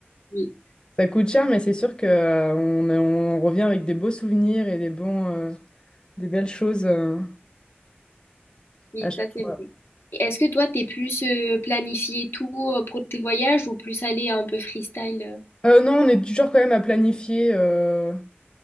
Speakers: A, on the left (about 70°); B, on the left (about 25°).
A: oui.
B: Ça coûte cher, mais c'est sûr que euh, on, on revient avec des beaux souvenirs et des bons, euh, des belles choses euh,
A: Oui,
B: à chaque
A: ça
B: fois.
A: c'est vrai. Et Est-ce que toi, t'es plus euh, planifié tout euh, pour tes voyages ou plus aller un peu freestyle? euh
B: Euh, non, on est toujours quand même à planifier euh,